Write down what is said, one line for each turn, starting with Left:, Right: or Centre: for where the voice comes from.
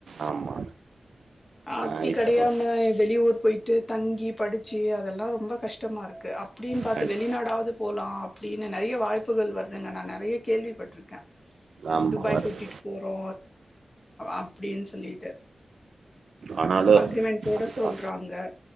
Right: ஆமா
Left: அப்டி
Right: ஆ இப்ப
Left: கிடையாம வெளியூர் போயிட்டு தங்கி படு சம்சுல்ஆஅதெல்லா ரொம்ப கஷ்டமா இருக்கு அப்டின்னு பாத்து
Right: கண்-
Left: வெளிநாடாவது போலா அப்டின்னு நெறைய வாய்ப்புகள் வருதுங்க நா நெறைய கேள்விப்பட்டிருக்கே
Right: ஆமா
Left: துபாய்
Right: வருது
Left: கூட்டிட்டு போறோ அப்படின் சொல்லி ட்டு
Right: ஆனாலு
Left: அக்ரிமெண்ட் போட
Right: அதுதா
Left: சொல்றாங்க